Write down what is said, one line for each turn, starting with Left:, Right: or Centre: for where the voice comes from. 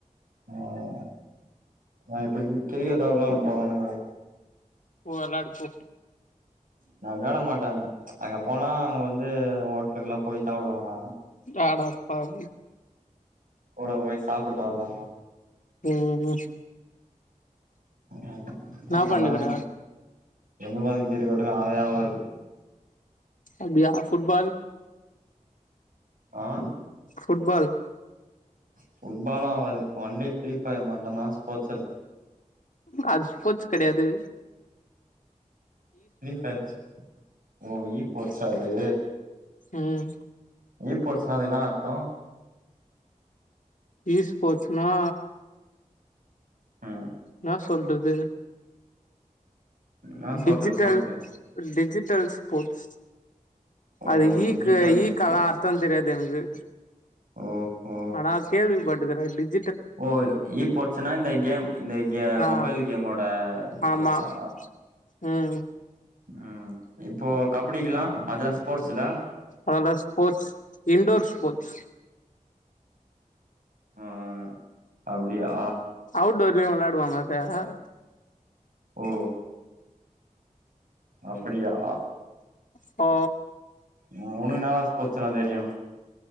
Right: ம் இப்பிடி கிரிக்கெட் தா விளாட போலானு இருக்குறோ
Left: போ விளாடு போ
Right: நா வெளாட மாட்டே அங்க போனா அங்க வந்து ஹோட்லுக்குல்லா போய் சாப்டுவாங்கலா
Left: அடப்பாவி
Right: கூட போய் சாப்புட்டு வரலாமா
Left: ம் ம்
Right: ம்
Left: என்னா
Right: நம்மல்லா
Left: பண்ணுக்குற
Right: எண்ண போ கீட்டுக்கட்டு ஆவே ஆகாது
Left: அப்டியா ஃபுட்பால்
Right: ஆ
Left: ஃபுட்பால்
Right: ஃபுட்பால்லா ஆகாது ஒன்லி ஃப்ரீஃபயர் மட்டுதா ஸ்போர்ட்ஸ்ல
Left: அது ஸ்போர்ட்ஸ் கெடயாது
Right: ஃப்ரீ ஃபையர் ஓ ஈ போட்ஸா அது
Left: ம்
Right: இ போர்ட்ஸ்னா அது என்னா அர்த்தோ
Left: ஈஸ் போட்ஸ்ன்னா
Right: ம்
Left: என்னா சொல்றது
Right: என்னா சொல்றது
Left: டிஜிட்டல்
Right: சொல்லு
Left: டிஜிட்டல் ஸ்போர்ட்ஸ்
Right: ஓ
Left: அது
Right: டிஜிட்டல்
Left: ஈக்கு ஈக்கெல்லா
Right: ஸ்போர்ட்ஸ்
Left: அர்த்தோ தெரியாது எனக்கு
Right: ஓஹோ
Left: ஆனா கேள்விபட்ருக்கே டிட்
Right: ஓ ஈ போட்ஸ்ன்னா இந்த கேம் இந்த கெ
Left: ஆ
Right: மொபைல் கேமோட ஈ
Left: ஆமா
Right: போட் சா
Left: ம்
Right: ம் இப்போ கபடிக்குல்லா அதுலா ஸ்போர்ட்ஸுல
Left: அதுல்லா ஸ்போர்ட்ஸ் இன்டோர் ஸ்போர்ட்ஸ்
Right: அ அப்டியா
Left: அவுட்டோர்லயு வெளாடுவாங்க அத
Right: ஓ அப்படியா
Left: ஓ
Right: உ உனக்குன்னா ஸ்போர்ட்ஸ்லா தெரியு